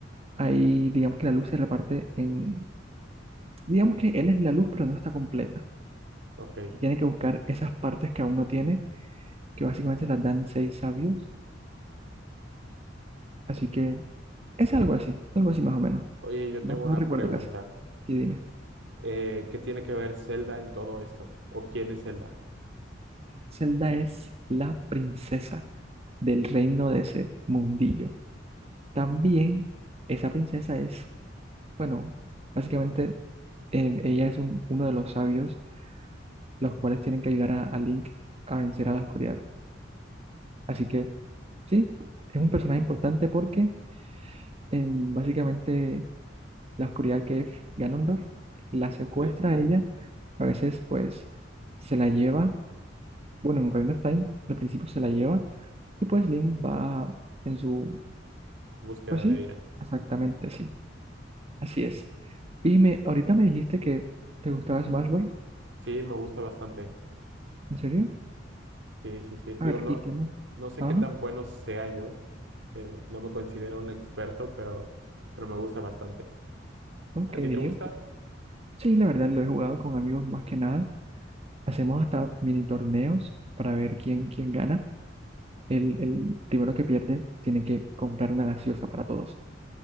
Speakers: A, on the right; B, on the right.
A: ahí digamos que la luz se reparte en, digamos que él es la luz, pero no está completa.
B: Ok.
A: Y tiene que buscar esas partes que aún no tiene, que básicamente las dan seis sabios. Así que es algo así, algo así más o menos.
B: Oye, yo
A: No,
B: tengo una
A: no recuerdo
B: pregunta.
A: casi. Sí, dime.
B: eh, ¿qué tiene que ver Zelda en todo esto? ¿O quién es Zelda?
A: Zelda es la princesa del reino de ese mundillo. También esa princesa es, bueno, básicamente em, ella es un- uno de los sabios los cuales tienen que ayudar a, a Link a vencer a la oscuridad. Así que sí, es un personaje importante porque em, básicamente la oscuridad que es Ganondorf la secuestra
B: ¿Sí?
A: a ella, a veces pues se la lleva, bueno, en Ocarina of Time al principio se la lleva y pues Link va en su,
B: Búsqueda
A: pues sí,
B: de ella.
A: exactamente sí, así es. Y me, ahorita me dijiste que te gustaba Smash Bros.
B: Sí, me gusta bastante.
A: ¿En serio?
B: Sí, sí, sí. Digo,
A: A ver,
B: no,
A: ¿y qué más?
B: no sé
A: Ajá,
B: qué tan bueno sea yo. eh, no me considero un experto, pero, pero me gusta bastante.
A: ok,
B: ¿A ti te gusta?
A: ok. Sí, la verdad lo he jugado con amigos más que nada. Hacemos hasta mini torneos para ver quién, quién gana. El, el primero que pierde tiene que comprar una gaseosa para todos.